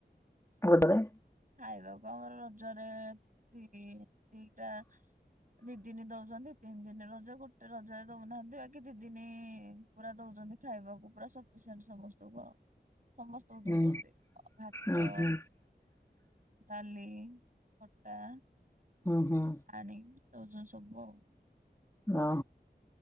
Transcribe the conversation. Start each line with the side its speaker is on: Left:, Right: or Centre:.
Left: ରଜରେ?
Right: ଖାଇବାକୁ ଆମର ରଜରେ ଦି ଦିଟା ଦି ଦିନି ଦଉଛନ୍ତି ତିନି ଦିନ ରଜ ଗୋଟେ ରଜ ଦଉନାହାନ୍ତି ବାକି ଦି ଦିନି ପୁରା ଦଉଛନ୍ତି ଖାଇବାକୁ ପୁରା ସଫିସିଏଣ୍ଟ ସମସ୍ତଙ୍କୁ ଆଉ। ସମସ୍ତେ ସମସ୍ତଙ୍କୁ ତ
Left: ଉଁ
Right: ଦଉଛନ୍ତି ଭାତ
Left: ଉଁ ହୁଁ
Right: ଡାଲି, ଖଟା।
Left: ହୁଁ ହୁଁ।
Right: ଆଣିକି ଦଉଛନ୍ତି ସବୁ ଆଉ।
Left: ଓହୋ